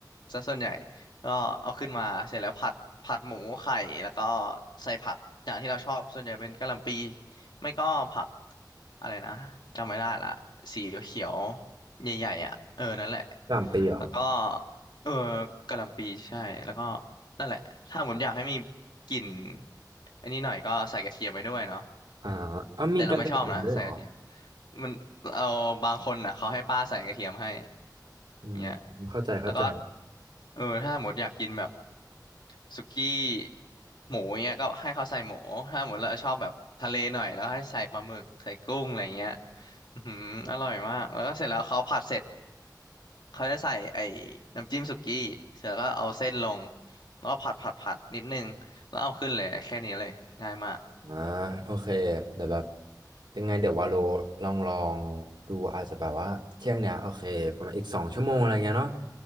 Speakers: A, on the left; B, on the right.
A: ซะส่วนใหญ่ก็เอาขึ้นมาเสร็จแล้วผัดผัดหมูไข่แล้วก็ใส่ผักอย่างที่เราชอบส่วนใหญ่เป็นกะหล่ำปีไม่ก็ผักอะไรนะจำไม่ได้ละสีเขียวๆใหญ่ๆอ่ะเออนั่นแหละ
B: ะหล่ำปีเหรอ
A: แล้วก็เออกะหล่ำปีใช่แล้วก็นั่นแหละถ้าผมอยากให้มีกลิ่นอันนี้หน่อยก็ใส่กระเทียมไปด้วยเนาะ
B: อ่าเอามีการแข่งขันด้วยเหรอ
A: แต่เราไม่ชอบนะใส่กระเทียมมันเอาบางคนน่ะเขาให้ป้าใส่กระเทียมให้
B: อืมเข้าใจเข้าใจ
A: เงี้ยแล้วก็เออถ้าหมดอยากกินแบบสุกี้หมูเงี้ยก็ให้เขาใส่หมูถ้าหมดเราชอบแบบทะเลหน่อยแล้วให้ใส่ปลาหมึกใส่กุ้งอะไรเงี้ยอือหืออร่อยมากแล้วก็เสร็จแล้วเขาผัดเสร็จเขาจะใส่ไอ้น้ำจิ้มสุกี้เสร็จแล้วก็เอาเส้นลงแล้วก็ผัดผัดผัดนิดนึงแล้วเอาขึ้นเลยแค่นี้เลยง่ายมาก
B: อ่าโอเคเดี๋ยวแบบยังไงเดี๋ยววาโลลองลองดูอาจจะแบบว่าเที่ยงเนี้ยโอเคประมาณอีกสองชั่วโมงอะไรเงี้ยเนาะ